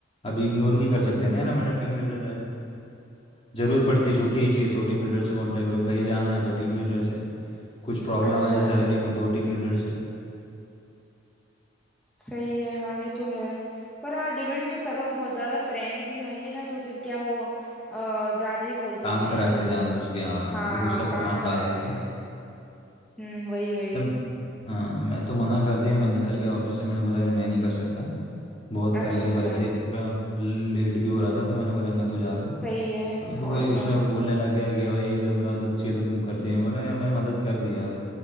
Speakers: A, on the left; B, in the centre.
A: अब इग्नोर नहीं कर सकते ना यार हमारा टीम लीडर है ज़रूरत पड़ती है छुट्टी ही चाहिए तो टीम लीडर से कांटेक्ट करो कहीं जाना है तो टीम लीडर से कुछ प्रॉब्लम
B: अच्छा
A: आ जाए सैलरी में तो टीम लीडर से
B: सही है हाँ ये तो है पर हाँ लिमिट में करो बहुत ज्यादा फ्रैंक भी होंगे ना तो फिर क्या वो अ, ज्यादा ही बोल देते
A: काम कराते
B: हैं
A: जानबूझ के हाँ
B: हाँ
A: फिर वो सब
B: काम
A: काम डाल
B: कराते
A: देता
B: हैं हम्म वही वही
A: इसलिए हाँ मैं तो मना कर दिया मैं निकल गया ऑफिस से मैंने बोला यार मैं नहीं कर सकता बहुत
B: अच्छा
A: कर लिया
B: अच्छा
A: पहले से एक्स्ट्रा लेट भी हो रहा था तो मैंने बोला मैं तो जा रहा हूँ
B: सही है
A: तो फिर वो
B: और क्या
A: उसमें वो बोलने लग गया कि भाई जब मदद चाहिए तो तुम करती नहीं मैं बोला यार मैं मदद कर दिया अब